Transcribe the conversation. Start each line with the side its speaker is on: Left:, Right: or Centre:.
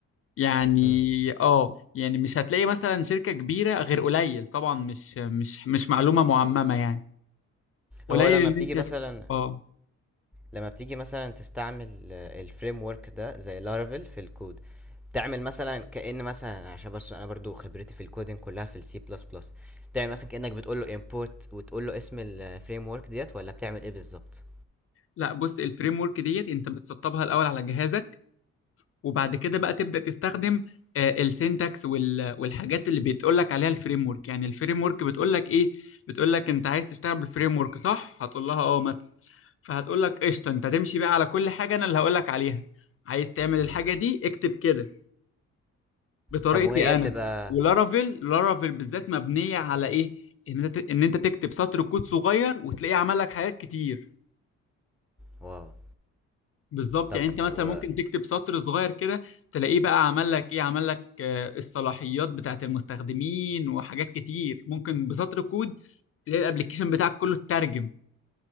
Left: يعني
Centre: مم.
Left: اه يعني مش هتلاقي مثلا شركه كبيره غير قليل طبعا مش مش مش معلومه معممه يعني قليل
Centre: هو لما بتيجي
Left: ان
Centre: مثلا
Left: انت اه
Centre: لما بتيجي مثلا تستعمل الفريم ورك ده زي لارافيل في الكود تعمل مثلا كأن مثلا عشان بس انا برضو خبرتي في الكودين كلها في السي بلس بلس تعمل مثلا كأنك بتقول له import وتقول له اسم الفريم ورك ديت ولا بتعمل ايه بالظبط
Left: لا بص الفريم ورك ديت انت بتسطبها الاول على جهازك وبعد كده بقى تبدأ تستخدم آه، السينتاكس وال- والحاجات اللي بتقول لك عليها الفريم ورك يعني الفريم ورك بتقول لك ايه بتقول لك انت عايز تشتغل بالفريم ورك صح هتقول لها اه مثلا فهتقول لك قشطه انت تمشي بقى على كل حاجه انا اللي هقول لك عليها عايز تعمل الحاجه
Centre: مم.
Left: دي اكتب كده بطريقتي
Centre: طب وهي
Left: انا
Centre: بتبقى
Left: ولارافيل لارافيل بالذات مبنيه على ايه ان انت ان انت تكتب سطر كود صغير وتلاقيه عمل لك حاجات كتير
Centre: واو
Left: بالظبط
Centre: طب
Left: يعني انت مثلا
Centre: و...
Left: ممكن تكتب سطر صغير كده تلاقيه بقى عمل لك ايه عمل لك آه، الصلاحيات بتاعت المستخدمين وحاجات كتير ممكن بسطر كود تلاقي الابليكيشن بتاعك كله اترجم